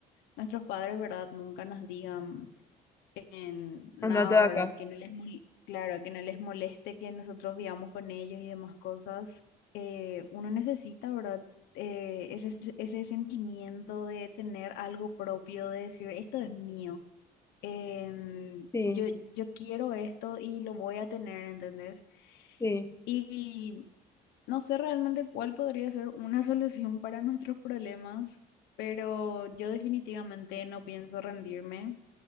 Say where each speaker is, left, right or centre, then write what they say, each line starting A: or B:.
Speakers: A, on the left (about 85°); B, on the left (about 15°).
A: nuestros padres, ¿verdad?, nunca nos digan en nada,
B: andate de acá,
A: ¿verdad? Que no les mol- claro, que no les moleste que nosotros vivamos con ellos y demás cosas. Eh, uno necesita, ¿verdad? Eh, ese, ese sentimiento de tener algo propio, de decir, esto es mío. em,
B: sí,
A: yo, yo quiero esto y lo voy a tener, ¿entendés?
B: sí.
A: Y no sé realmente cuál podría ser una solución para nuestros problemas, pero yo definitivamente no pienso rendirme.